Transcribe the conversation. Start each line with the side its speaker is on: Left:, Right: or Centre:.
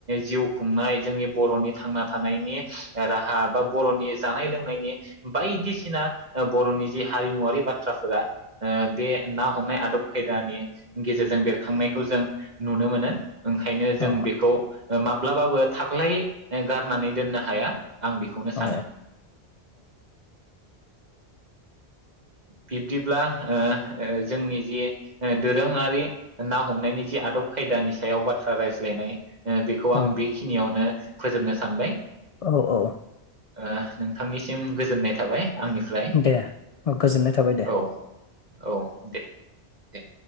Right: जिउ खुंनाय जोंनि बर'नि थांना थानायनि राहा बा बर'नि जानाय लोंनायनि बायदिसिना बर'नि जि हारिमुवारि बाथ्रा फोरा बे ना हमनाय आदब खायदानि गेजेरजों बेरखांनायखौ जों नुनो मोनो ओंखायनो जों
Left: औ
Right: बेखौ माब्लाबाबो थारलाय गारनानै दोननो हाया आं बेखौनो सानो
Left: औ
Right: बिब्दिब्ला ओ जोंनि जि दोरोङारि ना हमनायनि जि आदब खायदानि सायाव बाथ्रा रायज्लायनाय बेखौ आं
Left: औ
Right: बे यावनो फोजोबनो सानबाय
Left: औ औ औ
Right: ओ नोंथांनिसिम गोजोननाय थाबाय आंनिफ्राय
Left: दे गोजोननाय थाबाय दे
Right: औ औ दे ए